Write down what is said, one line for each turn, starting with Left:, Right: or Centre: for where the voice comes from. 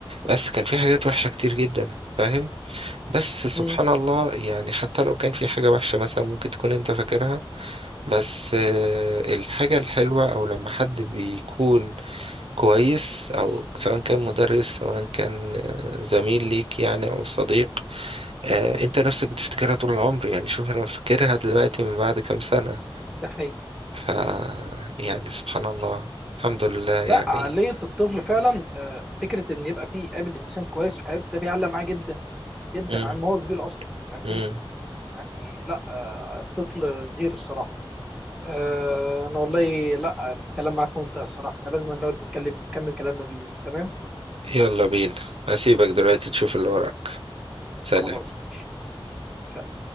Right: بس كان في حاجات وحشة كتير جدا فاهم بس سبحان
Centre: امم
Right: الله يعني حتى لو كان في حاجة وحشة مثلا ممكن تكون أنت فاكرها بس آه، الحاجة الحلوة أو لما حد بيكون كويس أو سواء كان مدرس سواء كان آه، زميل ليك يعني أو صديق آه، أنت نفسك بتفتكرها طول العمر يعني شوف أنا فاكرها دلوقتي من بعد كام سنة
Centre: ده حقيقي
Right: ف يعني سبحان الله الحمد لله يعني
Centre: لا عقليه الطفل فعلا آه، فكره ان يبقى فيه قابل انسان كويس في حياته ده بيعلق معاه جدا جدا
Right: امم
Centre: عن ما هو كبير اصلا فاهمني
Right: امم
Centre: يعني لا آه، الطفل غير الصراحه آه، انا والله لا الكلام معاك ممتع الصراحه احنا لازم نقعد نتكلم نكمل كلامنا بالليل تمام
Right: يلا بينا هسيبك دلوقتي تشوف اللي وراك سلام
Centre: خلاص ماشي. سلام.